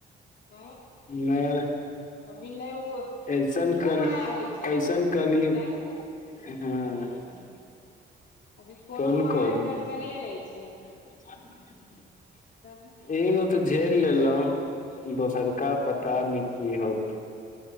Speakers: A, on the left (about 60°); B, on the left (about 40°).
A: <unintelligible>
B: नहि
A: अभी नहि ओ
B: ऐसन <unintelligible>
A: दू माया होइ छै जाइ छथिन अभी कोनो
B: कोन
A: माया
B: कोन
A: कऽ दर्शने नहि छै
B: <unintelligible>
A: <unintelligible>
B: एगो तऽ झेल लेलहु दोसरका पता ने की होत